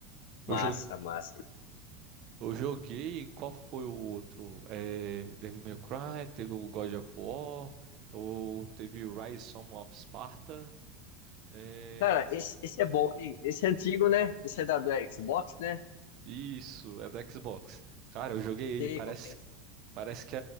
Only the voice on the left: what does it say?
massa,
massa.
Cara, esse, esse é bom, hein? Esse é antigo, né? Esse é da do Xbox, né?
Sei
qual que é esse.